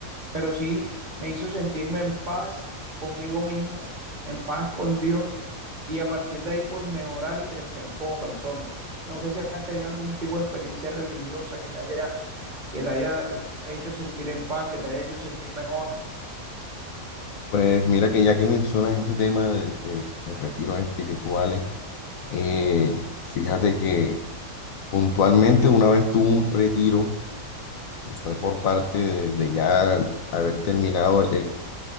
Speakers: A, on the right (about 35°); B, on the left (about 70°).
A: Pero sí me hizo sentirme en paz conmigo mismo, en paz con Dios y a partir de ahí pues mejorar y crecer como persona. No sé si has tenido algún tipo de experiencia religiosa que te haya, que te haya hecho sentir en paz, que te haya hecho sentir mejor.
B: Pues mira que ya que mencionas ese tema de, de de retiros espirituales, Eh, fíjate que puntualmente una vez tuve un retiro, y fue por parte de, de ya haber terminado el, el,